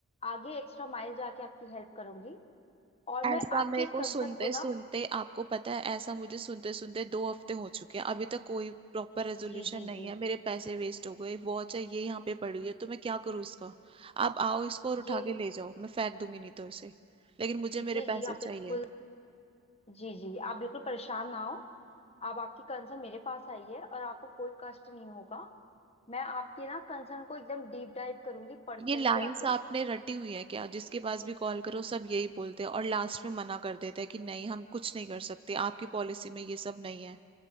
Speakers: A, on the left; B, on the right.
A: आगे एक्स्ट्रा माइल जाके आपकी हेल्प करूंगी और
B: ऐसा
A: मैं आपके
B: मेरे
A: इस
B: को
A: कंसर्न
B: सुनते
A: को ना
B: सुनते आपको पता है ऐसा मुझे सुनते सुनते दो हफ्ते हो चुके हैं अभी तक कोई प्रॉपर रेजोल्यूशन
A: जी जी
B: नहीं
A: जी
B: है
A: जी
B: मेरे पैसे वेस्ट हो गए वॉच है ये यहाँ पे पड़ी हुई है तो मैं क्या करूँ इसका आप आओ इसको और उठा
A: जी
B: के ले जाओ मैं फेंक दूंगी नहीं तो इसे लेकिन मुझे
A: जी
B: मेरे पैसे
A: जी आप
B: चाहिए
A: बिल्कुल जी जी आप बिल्कुल परेशान ना हो आप आपकी कंसर्न मेरे पास आई है और आपको कोई कष्ट नहीं होगा मैं आपके ना कंसर्न को एकदम डीप डाइव करूंगी पर्सनली
B: ये लाइंस
A: जाके
B: आपने रटी हुई है क्या जिसके पास भी कॉल करो सब यही बोलते हैं और लास्ट में मना कर देते हैं कि नहीं हम कुछ नहीं कर सकते आपकी पॉलिसी में ये सब नहीं है